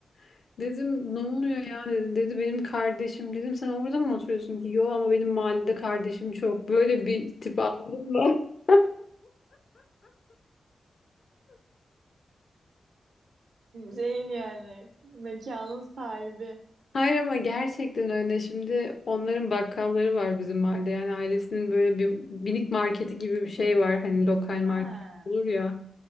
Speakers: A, on the left; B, on the right.
A: <laughs> Dedim ne oluyor ya dedi. Dedi benim kardeşim. Dedim sen orada mı oturuyorsun ki? Yo ama benim mahallede kardeşim çok. Böyle bir tip anladın mı? <laughs>
B: Şeyin yani mekanın sahibi.
A: Hayır ama gerçekten öyle. Şimdi onların bakkalları var bizim mahallede. Yani ailesinin böyle bir minik marketi gibi bir şey var. Hani lokal market
B: Ha,
A: olur ya.